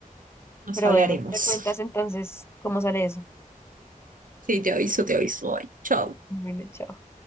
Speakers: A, on the right (about 70°); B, on the left (about 15°).
A: nos
B: Pero
A: hablaremos.
B: bueno, me cuentas entonces cómo sale eso.
A: Sí, te aviso, te aviso. Ay, Chau.
B: Bueno, chao.